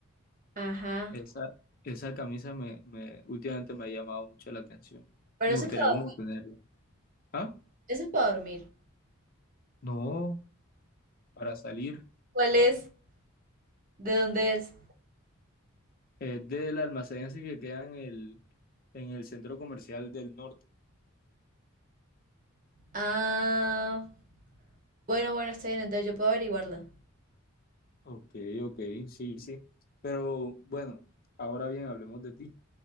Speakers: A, on the right (about 40°); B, on the left (about 40°).
A: Ajá.
B: Esa, esa camisa me, me, últimamente me ha llamado mucho la atención.
A: Pero
B: Me
A: ese
B: gustaría
A: es para,
B: como tenerla. Ah,
A: ese es para dormir.
B: no, para salir.
A: ¿Cuál es? ¿De dónde es?
B: Es del almacén ese que queda en el, en el centro comercial del norte.
A: Ah, bueno, bueno, está bien, entonces yo puedo averiguarla.
B: Ok, ok, sí, sí. Pero bueno, ahora bien, hablemos de ti.